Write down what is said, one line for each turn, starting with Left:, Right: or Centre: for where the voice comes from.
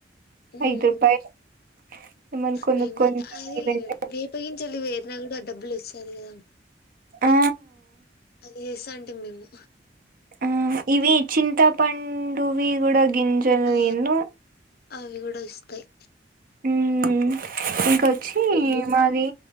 Left: ఉమ్
Right: ఐదు రూపాయలు ఏమన్నా
Left: అదే
Right: కొనుక్కొని తినేదంటే
Left: అది వేపగింజలు వేరనా కూడా ఆ డబ్బులు వస్త అది కదా
Right: ఆ
Left: అది చేసాంట మేము
Right: ఆ ఇవి చింతాపండువి గు గింజలు
Left: ఆ
Right: ఏందో
Left: అవి కూడా వస్తాయి
Right: ఉమ్ ఇంకొచ్చి మాది